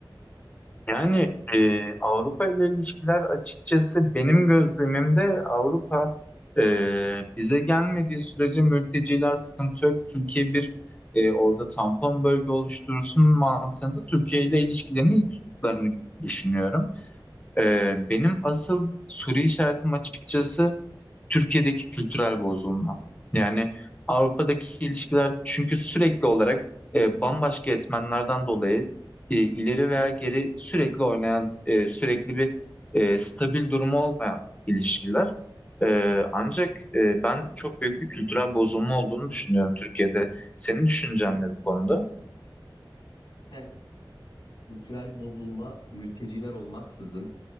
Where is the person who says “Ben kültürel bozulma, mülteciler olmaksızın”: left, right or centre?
Left